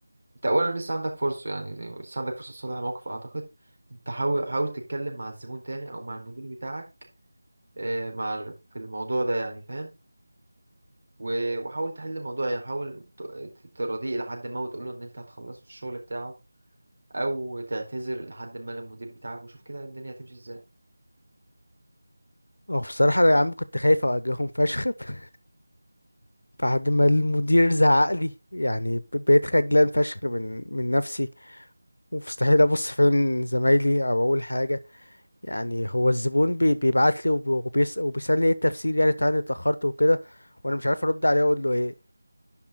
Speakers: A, on the right (about 75°); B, on the left (about 65°).
A: انت اولا لسه عندك فرصه يعني زي- لسه عندك فرصه تصلح الموقف اعتقد انت حاول حاول تتكلم مع الزبون تاني او مع المدير بتاعك آه، مع ال- في الموضوع ده يعني فاهم و- وحاول تحل الموضوع يعني حاول ت- ت- تراضيه لحد ما وتقول له ان انت هتخلص الشغل بتاعه او تعتذر لحد ما للمدير بتاعك وشوف كده الدنيا هتمشي ازاي
B: اه بصراحة يا عم كنت خايف أواجههم فشخ <laughs> بعد ما المدير زعق لي يعني ب- بقيت خجلان فشخ من من نفسي ومستحيل أبص في عين زمايلي أو أقول حاجة يعني هو الزبون بي بيبعت لي وبي- وبيس وبيسألني إيه التفسير يعني بتاع إني اتأخرت وكده وأنا مش عارف أرد عليه أقول له إيه